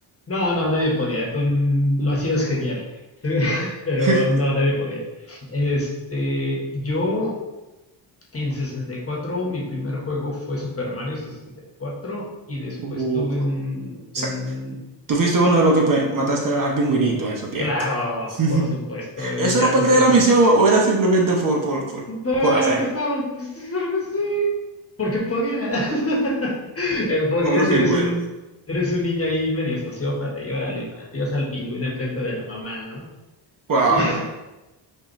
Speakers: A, on the left (about 30°); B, on the right (about 40°).
A: No, no, nadie podía. Tú mm, lo hacías genial. <laughs> Pero
B: <laughs>
A: no, nadie podía. Este, yo en 64, mi primer juego fue Super Mario 64 y cuatro y después
B: Uh,
A: tuve
B: o
A: un,
B: sea,
A: un,
B: tú fuiste uno de los que pe- mataste al pingüinito en esos tiempos.
A: claro,
B: <laughs>
A: por supuesto, eh,
B: ¿Eso
A: ya
B: era
A: desde
B: parte de
A: entonces
B: la misión o era simplemente por, por, por,
A: Porque
B: por hacer?
A: estaba, pues, porque sí, porque podía. <laughs> Eh, Podía
B: Pobre
A: si
B: pingüino.
A: eres un, eres un niño ahí medio sociópata y órale, adiós al pingüino enfrente de la mamá, ¿no?
B: Wow,
A: <laughs>